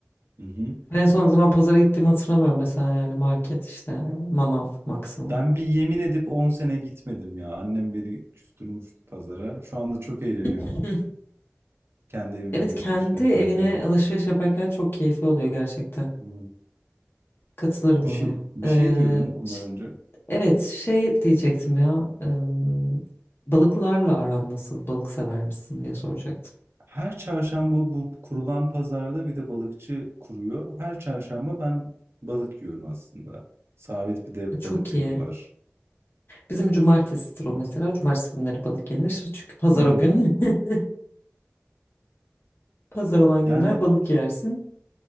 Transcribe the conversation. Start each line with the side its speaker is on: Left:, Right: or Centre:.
Right: Hı hı.
Left: En son o zaman pazara gittiğimi hatırlamıyorum mesela yani market işte manav maksimum.
Right: Ben bir yemin edip 10 sene gitmedim ya. Annem beni küstürmüştü pazara. Şu anda çok eğleniyorum.
Left: <laughs>
Right: Kendi evimin
Left: Evet
Right: alışverişini
Left: kendi
Right: yaparken.
Left: evine alışveriş yaparken çok keyifli oluyor gerçekten.
Right: Hmm.
Left: Katılırım
Right: Bir şey,
Left: ona.
Right: bir
Left: Ee,
Right: şey diyordun ondan
Left: ş-
Right: önce.
Left: evet şey diyecektim ya ım, balıklarla aran nasıl balık sever misin diye soracaktım.
Right: Her çarşamba bu kurulan pazarda bir de balıkçı kuruyor. Her çarşamba ben balık yiyorum aslında. Sabit bir de
Left: Çok
Right: balık günüm
Left: iyi.
Right: var.
Left: Bizim cumartesidir o mesela. Cumartesi günleri balık yenir. Çünkü pazar
Right: Hı hı.
Left: o gün. <laughs> Pazar olan
Right: Yani
Left: günler balık yersin.